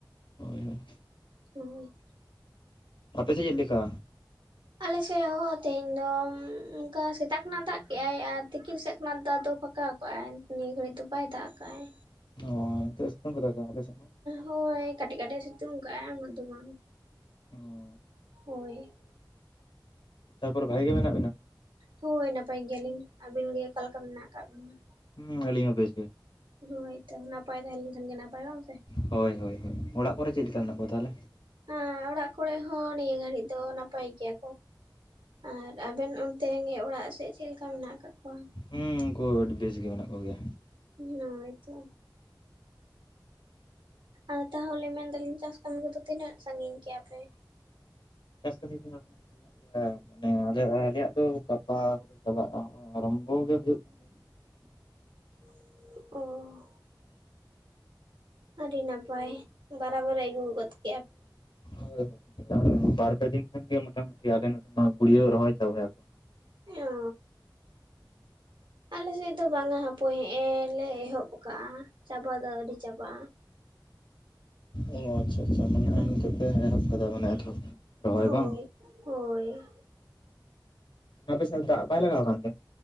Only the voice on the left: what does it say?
ᱦᱳᱭ ᱦᱳᱭ
ᱟᱯᱮ ᱥᱮᱫ ᱪᱮᱫ ᱞᱮᱠᱟ
ᱚᱻ ᱱᱤᱛᱚᱜ ᱮ ᱥᱤᱛᱩᱝ ᱟᱠᱟᱫᱟ ᱥᱮ ᱵᱟᱝ ᱟᱯᱮ ᱥᱮᱫ ᱦᱚᱸ?
ᱚᱸ
ᱛᱟᱯᱚᱨᱮ ᱵᱷᱟᱜᱤ ᱜᱮ ᱢᱮᱱᱟᱜ ᱵᱮᱱᱟ?
ᱦᱩᱸ ᱟᱹᱞᱤᱧ ᱦᱚᱸ ᱵᱮᱥ ᱜᱮ᱾
ᱦᱳᱭ ᱦᱳᱭ ᱦᱳᱭ ᱚᱲᱟᱜ ᱠᱚᱨᱮ ᱪᱮᱫ ᱞᱮᱠᱟ ᱢᱮᱱᱟᱜ ᱠᱚᱣᱟ ᱛᱟᱦᱚᱞᱮ?
ᱦᱩᱸ ᱩᱱᱠᱩ ᱟᱹᱰᱤ ᱵᱮᱥ ᱜᱮ ᱢᱮᱱᱟᱜ ᱠᱚ ᱜᱮᱭᱟ?
ᱪᱟᱥ ᱠᱟᱹᱢᱤ ᱫᱚ ᱱᱟᱜ ᱪᱟᱞᱟᱜ ᱜᱮᱭᱟ ᱢᱟᱱᱮ ᱟᱞᱮ ᱟᱞᱮᱭᱟᱜ ᱫᱚ ᱜᱟᱯᱟ ᱠᱚᱫᱚ ᱪᱟᱵᱟᱜᱼᱟ, ᱟᱨᱚᱢᱵᱚ ᱜᱮ ᱦᱩᱭᱩᱜ ᱠᱟᱱ ᱜᱮᱭᱟ
ᱦᱳᱭ ᱦᱳᱭ ᱵᱟᱨ ᱯᱮ ᱫᱤᱱ ᱠᱷᱟᱱ ᱜᱮ ᱢᱚᱴᱟ ᱢᱩᱴᱤ ᱟᱞᱮ ᱱᱚᱛᱮ ᱢᱟ ᱜᱩᱲᱭᱟᱹᱣ ᱨᱚᱦᱚᱭ ᱪᱟᱵᱟᱭ ᱟᱠᱚ᱾
ᱚᱸ ᱟᱪᱪᱷᱟ ᱟᱪᱪᱷᱟ ᱢᱟᱱᱮ
ᱱᱚᱜᱼᱚᱭ ᱱᱤᱛᱚᱜ ᱯᱮ ᱮᱦᱚᱵ ᱠᱟᱫᱟ ᱢᱟᱱᱮ ᱮᱛᱚᱦᱚᱵ ᱨᱚᱦᱚᱭ
ᱵᱟᱝ
ᱟᱯᱮ ᱥᱮᱫ ᱫᱟᱜ ᱵᱟᱭ ᱞᱟᱜᱟᱣ ᱠᱟᱱ ᱛᱮ?